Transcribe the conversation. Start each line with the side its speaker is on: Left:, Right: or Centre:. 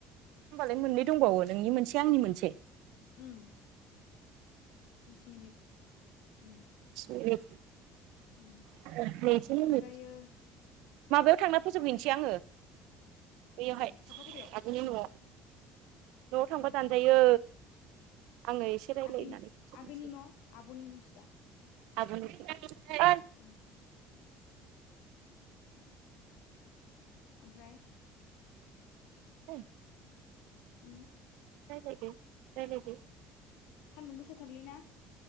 Right: होनबालाय मोननै
Left: जोब्बाय
Right: दंबावो नोंनि मोनसे आंनि मोनसे।
Left: उम। बिस मिनिट उम
Right: ए।
Left: उम
Right: <unintelligible>
Left: ओमफ्रायो
Right: माबायाव थांना फोजोबहैनोसै आङो। बैयावहाय
Left: औ सापागुरियाव
Right: आगोलनि न'आव न'आव थांबा
Left: उम
Right: दानजायो। आङो एसे रायलायनानै
Left: आगै
Right: फोजोबनोसै
Left: आगैनि न' आब'नि नुवासो दा
Right: आबनि <unintelligible>
Left: औ ओमफ्राय
Right: फै
Left: उम
Right: रायलायदो रायलायदो,
Left: सानदुं गोसाथारलै ना